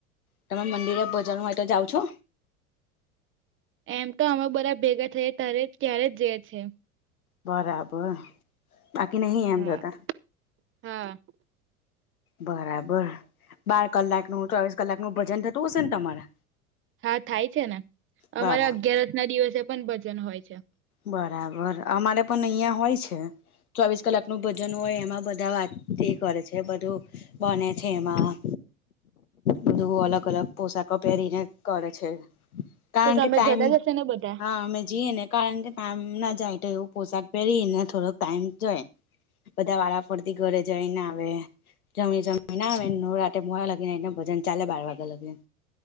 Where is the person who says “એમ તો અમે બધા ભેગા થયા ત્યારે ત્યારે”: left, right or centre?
Right